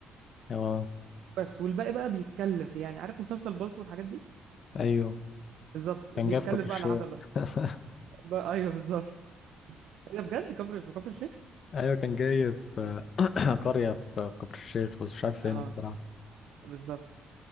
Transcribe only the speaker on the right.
بس والباقي بقى بيتكلف يعني عارف مسلسل بالطو والحاجات دي
بالظبط
بيتكلف
بقى على حسب ده
بقى ايوه بالظبط ايه ده بجد كفر في كفر الشيخ
اه
بالظبط